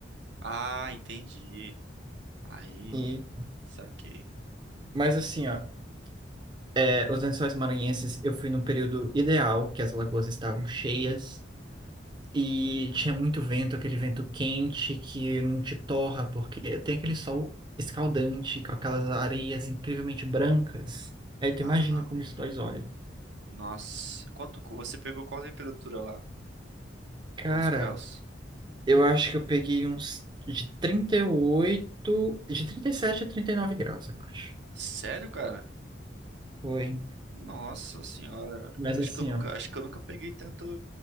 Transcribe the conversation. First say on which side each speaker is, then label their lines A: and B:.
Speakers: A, on the right; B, on the right.
A: Ah, entendi. Aí,
B: E,
A: não- saquei.
B: mas assim, ó, é, os lençóis maranhenses, eu fui num período ideal, que as lagoas estavam cheias. E tinha muito vento, aquele vento quente que não te torra, porque tem aquele sol escaldante com aquelas areias incrivelmente brancas. Aí tu
A: Aham.
B: imagina como isso dói os olhos.
A: Nossa, quanto você pegou qual temperatura lá?
B: Cara,
A: Quantos graus?
B: eu acho que eu peguei uns de trinta e oito de 37 a 39 graus, eu acho.
A: Sério, cara?
B: Foi.
A: Nossa senhora,
B: Mas
A: acho
B: assim,
A: que eu nunca,
B: ó,
A: acho que eu nunca peguei tanto